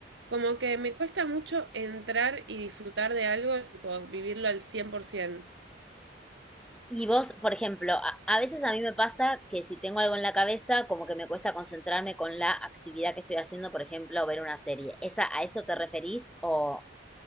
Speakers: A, on the right; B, in the centre.
A: Como que me cuesta mucho entrar y disfrutar de algo, tipo vivirlo al 100%.
B: Y vos, por ejemplo, a, a veces a mí me pasa que si tengo algo en la cabeza, como que me cuesta concentrarme con la actividad que estoy haciendo, por ejemplo, ver una serie. ¿Esa, a eso te referís o,